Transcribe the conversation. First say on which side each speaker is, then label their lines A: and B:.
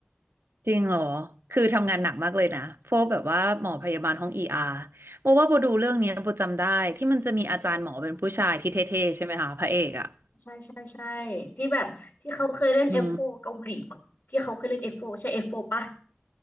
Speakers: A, on the right; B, on the left.
A: จริงเหรอ คือทำงานหนักมากเลยนะพวกแบบว่าหมอพยาบาลห้องเออาร์โบว่าโบดูเรื่องเนี้ยโบจำได้ที่มันจะมีอาจารย์หมอเป็นผู้ชายที่เท่ๆใช่ไหมคะพระเอกอะ
B: ใช่ใช่ใช่ที่แบบที่เขาเคยเล่น
A: อืม
B: F4 เกาหลีมั้งที่เขาเคยเล่น F4 ใช่ F4 ปะ